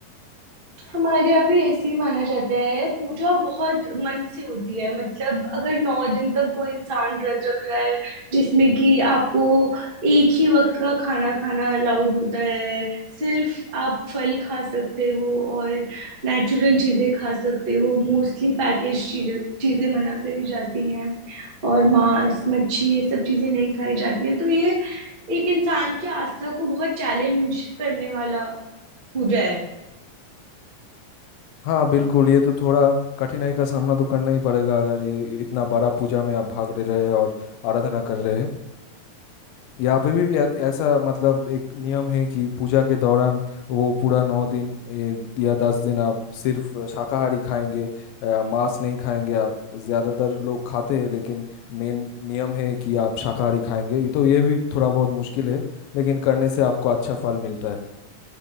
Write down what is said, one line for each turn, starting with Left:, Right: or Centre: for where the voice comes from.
Right: हमारे यहाँ भी ऐसे ही माना जाता है पूजा बहुत मन से होती है मतलब अगर नौ दिन तक कोई इंसान व्रत रख रहा है जिसमें कि आपको एक ही वक्त का खाना खाना अलाउड होता है सिर्फ आप फल खा सकते हो और नेचुरल चीजें खा सकते हो मोस्टली पैकेज चीजें चीजें मना करी जाती हैं और मांस मच्छी ये सब चीजें नहीं खाई जाती हैं तो ये एक इंसान की आस्था को बहुत चैलेंज करने वाला पूजा है
Left: हाँ बिल्कुल ये तो थोड़ा कठिनाई का सामना तो करना ही पड़ेगा अगर ये इतना बड़ा पूजा में आप भाग ले रहे हैं और आराधना कर रहे हैं यहाँ पे भी या- ऐसा मतलब एक नियम है कि पूजा के दौरान वो पूरा नौ दिन ए, या दस दिन आप सिर्फ शाकाहारी खाएंगे अ, मांस नहीं खाएंगे आप ज्यादातर लोग खाते हैं लेकिन मेन नियम है कि आप शाकाहारी खाएंगे ये तो ये भी थोड़ा बहुत मुश्किल है लेकिन करने से आपको अच्छा फल मिलता है